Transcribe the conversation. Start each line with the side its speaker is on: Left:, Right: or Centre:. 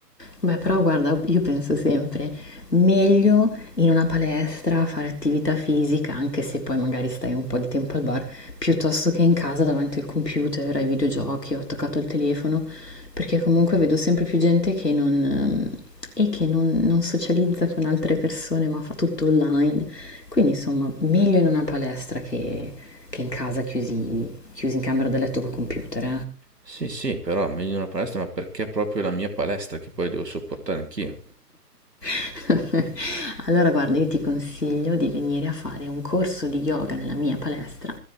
Left: Beh, però guarda, io penso sempre, meglio in una palestra fare attività fisica, anche se poi magari stai un po' di tempo al bar, piuttosto che in casa davanti al computer, ai videogiochi, ho attaccato il telefono, perché comunque vedo sempre più gente che non, ehm, e che non, non socializza con altre persone, ma fa tutto online. Quindi insomma, meglio in una palestra che, che in casa chiusi, chiusi in camera da letto col computer,
Right: Sì, sì, però meglio in una palestra, ma perché proprio la mia palestra che poi devo sopportare anch'io?
Left: eh. <laughs> <laughs> Allora guarda, io ti consiglio di venire a fare un corso di yoga nella mia palestra,